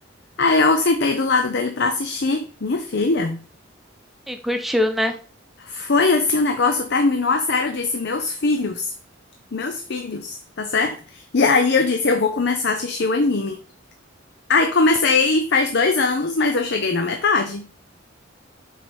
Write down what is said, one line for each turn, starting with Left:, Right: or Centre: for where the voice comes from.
Left: Aí eu sentei do lado dele pra assistir. Minha filha,
Centre: E curtiu, né?
Left: foi assim o negócio, terminou a série, eu disse, meus filhos, meus filhos, tá certo? E aí eu disse, eu vou começar a assistir o anime. Aí comecei faz dois anos, mas eu cheguei na metade.